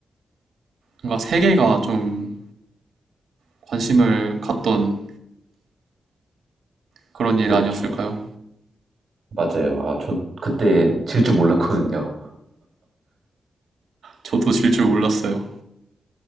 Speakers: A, on the right; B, on the right.
A: 뭔가 세계가 좀 관심을 갖던 그런
B: 그렇죠.
A: 일 아니었을까요?
B: 맞아요. 아, 저 그때 질 줄 몰랐거든요.
A: 저도 질 줄 몰랐어요.